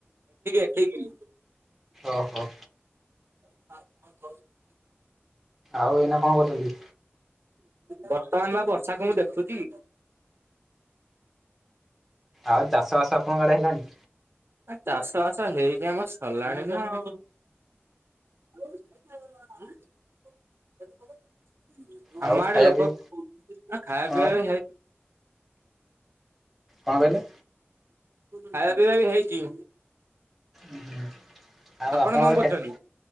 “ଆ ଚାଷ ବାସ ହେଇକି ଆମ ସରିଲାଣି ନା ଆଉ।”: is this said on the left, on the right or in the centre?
Right